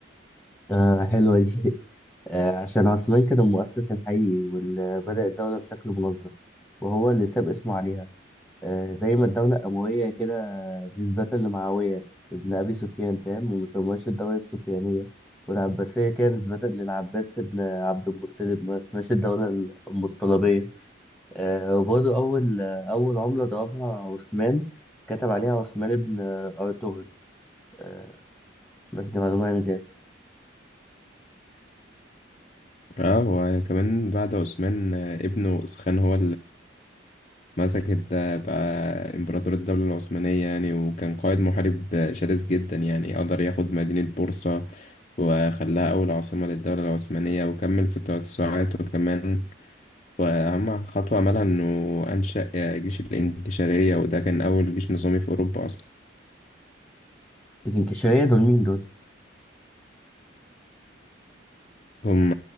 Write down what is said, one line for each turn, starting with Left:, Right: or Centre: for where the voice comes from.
Centre: آه حلوة دي <laughs> آه، عشان عثمان كان المؤسس الحقيقي واللي بدأ الدولة بشكل منظم وهو اللي ساب اسمه عليها آه، زي ما الدولة أموية كده نسبة لمعاوية ابن أبي سفيان فاهم وما سموهاش الدولة السفيانية والعباسية كده نسبة للعباس ابن عبد المطلب ما اسمهاش الدولة المطلبية آه، وبرضه أول آه، أول عملة ضربها عثمان كتب عليها عثمان ابن آه، أرطغرل آه، بس دي معلومة عن زيادة
Left: اه وكمان بعد عثمان آه، ابنه اسخان هو مسكت ده بقى إمبراطور الدولة العثمانية يعني وكان قائد محارب شرس جدا يعني قدر ياخد مدينة بورصة وخلاها أول عاصمة للدولة العثمانية وكمل في التوسعات وكمان وأهم خطوة عملها إنه أنشأ جيش الإنكشارية وده كان أول جيش نظامي في أوروبا أصلا
Centre: الإنكشارية دول مين دول؟
Left: هم